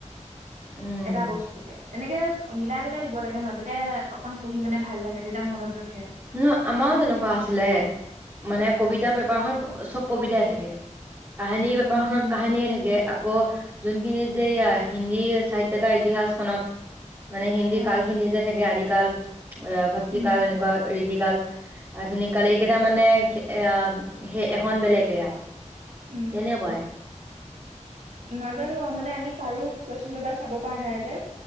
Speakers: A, on the right; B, on the right.
A: উম।
B: এটা বস্তু কে এনেকে মিলাই মিলাই দিব লাগে ন তেতিয়া অকণ পঢ়ি মানে ভাল লাগে তেতিয়া মনত ৰখে
A: ন আমাৰও তেনেকুৱা আছিলে মানে কবিতা পেপাৰখন চব কবিতাই থাকে কাহিনীৰ পেপাৰখনত
B: উম
A: কাহিনী য়ে থাকে। আকৌ যোনখিনিত যে হিন্দী সাহিত্যকা ইতিহাস খনন মানে হিন্দী
B: অ
A: কাল খিনি যে থাকে আদি কাল। অ ভক্তি
B: উম
A: কাল এনেকুৱা। কাল আধুনিক কাল এইকেইটা মান। মানে এ সেই এখন, বেলেগে আৰু।
B: উম
A: তেনেকুৱাই
B: উম ন। জানো মানে আমি কাৰো, কোৱেচন পেপাৰ চাব পৰা নাই যে।